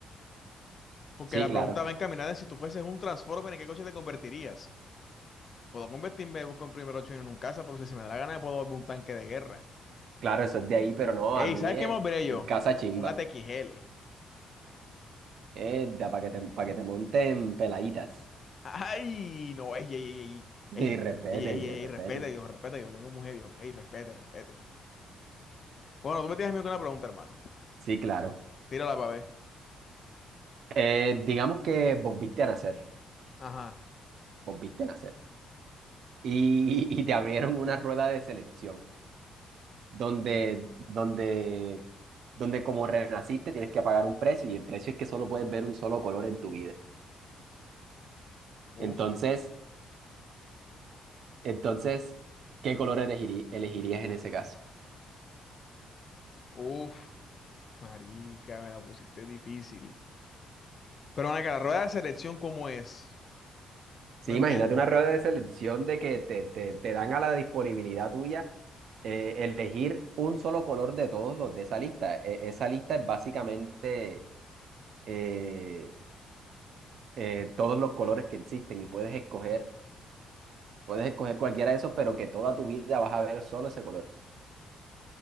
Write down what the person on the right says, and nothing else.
Sí,
claro.
Claro, eso es de ahí, pero no,
a mí
es
casa chimba.
Es para que te, pa' que te monten peladitas. <laughs>
Y
respete,
bien,
respete.
Sí, claro.
Eh, digamos que vos viste a nacer,
vos viste a nacer. Y, y te abrieron una rueda de selección donde, donde, donde como renaciste tienes que pagar un precio y el precio es que solo puedes ver un solo color en tu vida.
Entonces, entonces, ¿qué color elegiri- elegirías en ese caso?
Sí,
imagínate una rueda de selección de que te, te- te dan a la disponibilidad tuya eh, elegir un solo color de todos los de esa lista. E- esa lista es básicamente eh, eh, todos los colores que existen y puedes escoger, puedes escoger cualquiera de esos, pero que toda tu vida vas a ver solo ese color.